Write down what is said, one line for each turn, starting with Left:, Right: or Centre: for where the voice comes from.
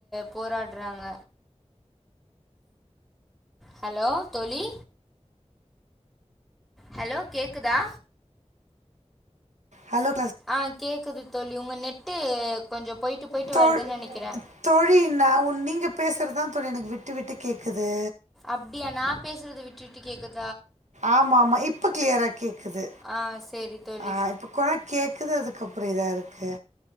Centre: போராடுறாங்க ஹலோ தோழி ஹலோ கேக்குதா
Right: ஹலோ கிளாஸ்
Centre: ஆ கேக்குது தோழி உங்க நெட்டு கொஞ்சோ போயிட்டு போயிட்டு
Right: தோ
Centre: வருதுன்னு நெனைக்கிறே
Right: தோழி நா உ நீங்க பேசுறது தா தோழிஎனக்கு விட்டு விட்டு கேட்குது
Centre: அப்டியா நா பேசுறது வி ட்டுவிட்டு கேக்குத்
Right: ஆமா ஆமா இப்ப க்ளியரா கேக்குது
Centre: ஆ சேரி தோழி
Right: ஆஹ் இப்ப கொழ கேக்குது அதுக்கப்றொ இதா இருக்கு